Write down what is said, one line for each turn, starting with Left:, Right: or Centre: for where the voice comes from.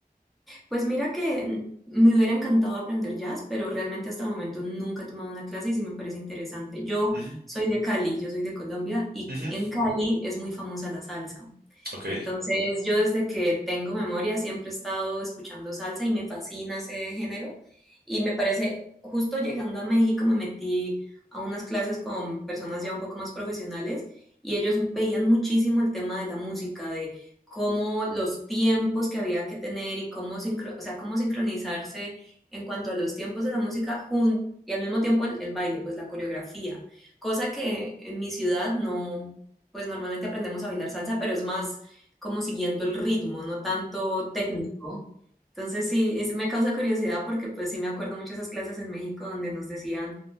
Centre: Pues mira que me hubiera encantado aprender jazz, pero realmente hasta el momento nunca he tomado una clase y sí me parece interesante. Yo
Right: Ujú,
Centre: soy de Cali, yo soy de Colombia y
Right: ujú,
Centre: en Cali es muy famosa la salsa.
Right: Ok,
Centre: Entonces yo desde que tengo memoria siempre he estado escuchando salsa y me fascina ese género y me parece, justo llegando a México me metí a unas clases con personas ya un poco más profesionales y ellos veían muchísimo el tema de la música, de cómo los tiempos que había que tener y cómo, sincro- o sea, cómo sincronizarse en cuanto a los tiempos de la música jun- y al mismo tiempo el, el baile, pues la coreografía, cosa que en mi ciudad no, pues normalmente aprendemos a bailar salsa, pero es más como siguiendo el ritmo, no tanto técnico. Entonces sí, es- me causa curiosidad porque pues sí me acuerdo mucho de esas clases en México donde nos decían